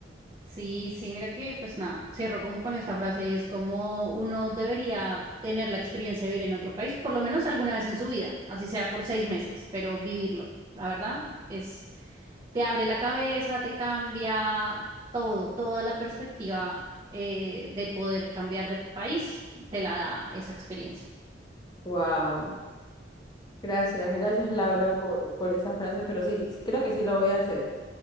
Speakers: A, on the right; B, on the left.
A: Sí, sí, mira que pues nada, cierro como con esta frase y es como uno debería tener la experiencia de vivir en otro país, por lo menos alguna vez en su vida, así sea por seis meses, pero vivirlo, la verdad, es, te abre la cabeza, te cambia todo, toda la perspectiva eh, de poder cambiar de país, te la da esa experiencia.
B: Wow. Gracias, gracias Laura por, por esa frase, pero sí, sí, creo que sí lo voy a hacer.